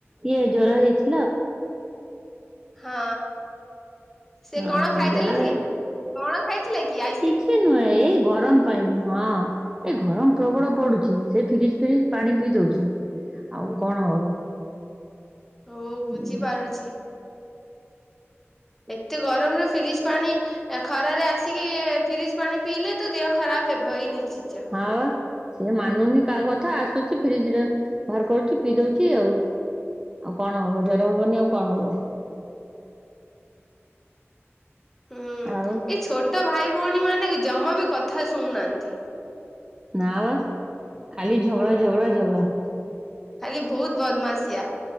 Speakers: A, on the right (about 15°); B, in the centre.
A: ଇଏ ଜର ହେଇଛି।
B: ହଁ ସେ
A: ହଁ
B: କଣ ଖାଇଦେଲା
A: ଜର
B: ଜି?
A: ହେ
B: କଣ ଖାଇଥିଲା କି ଆଇ
A: କିଛି ନୁହେଁ ଏଇ ଗରମ ପାଇଁ ହଁ ଏ ଗରମ ପ୍ରବଳ ପଡ଼ୁଛି ସେ ଫ୍ରିଜ୍ ଫ୍ରିଜ୍ ପାଣି ପିଇ ଦଉଛି ଆଉ କଣ ହବ
B: ହଉ ବୁଝି
A: ହୁଁ?
B: ପାରୁଛି। ଏତେ ଗରମରେ ଫ୍ରିଜ ପାଣି ଖରାରେ ଆସିକି ଫ୍ରିଜ ପାଣି ପିଇଲେ ତ ଦେହ ଖରାପ ହେବ ଇ ନିଶ୍ଚିଚ।
A: ହଁ ବା ସିଏ ମାନୁନି କାହା କଥା ଆସୁଛି ଫ୍ରିଜରେ ବାହାର କରୁଛି ପିଇ ଦଉଛି ଆଉ ଆଉ କଣ ହବ ଜର ହବନି ଆଉ କଣ ହବ।
B: ହୁଁ
A: ଆଉ
B: ଏ ଛୋଟ ଭାଇ ଭଉଣୀ ମାନେ ଜମା ବି କଥା ଶୁଣୁନାହାନ୍ତି।
A: ନା ବା ଖାଲି ଝଗଡ଼ା ଝଗଡ଼ା ଝଗଡ଼ା।
B: ଖାଲି ବହୁତ ବଦମାସିଆ